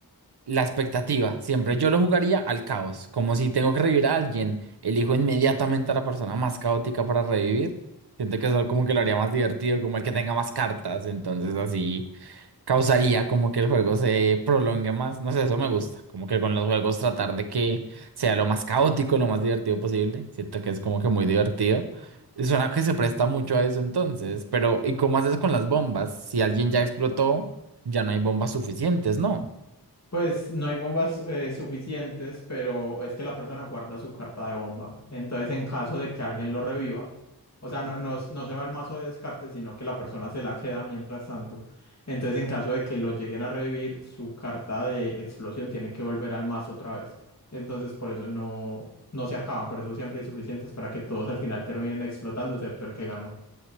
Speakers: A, on the right (about 80°); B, on the left (about 45°).
A: la expectativa. Siempre yo lo jugaría al caos, como si tengo que revivir a alguien, elijo inmediatamente a la persona más caótica para revivir. Siento que eso como que lo haría más divertido, como el que tenga más cartas, entonces así. causaría como que el juego se prolongue más. No sé, eso me gusta. Como que con los juegos tratar de que sea lo más caótico, lo más divertido posible. Siento que es como que muy divertido. Y suena que se presta mucho a eso entonces. Pero, ¿y cómo haces con las bombas? Si alguien ya explotó, ya no hay bombas suficientes, ¿no?
B: Pues no hay bombas eh, suficientes, pero es que la persona guarda su carta de bomba. Entonces, en caso de que alguien lo reviva, o sea, no, no, no se va al mazo de descarte, sino que la persona se la queda mientras tanto. Entonces, en caso de que lo lleguen a revivir, su carta de explosión tiene que volver al mazo otra vez. Entonces, por eso no, no se acaban, por eso siempre hay suficientes para que todos al final terminen explotando, excepto el que ganó.